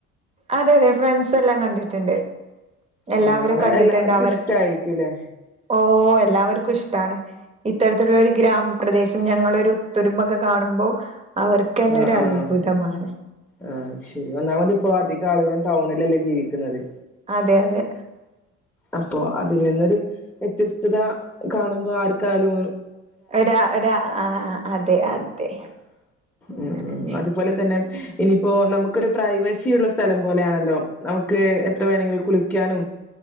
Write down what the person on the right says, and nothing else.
അതെ അതെ ഫ്രണ്ട്സെല്ലാം കണ്ടിട്ട്ണ്ട് എല്ലാവരും
കണ്ടിട്ട്ണ്ട്
അവർ
ഓഹ് എല്ലാവര്ക്കും ഇഷ്ടാണ് ഇത്തരത്തിലുള്ളൊരു ഗ്രാമപ്രദേശം ഞങ്ങളൊരു ഒത്തൊരുമാെക്കെ കാണ്‌മ്പൊ അവർക്കെന്നെ
ഒരൽഭുതമാണ്
അതെ അതെ
ഒര ഒരാ ആഹ് ആഹ് അതെ അതെ അങ്ങനെന്നെ.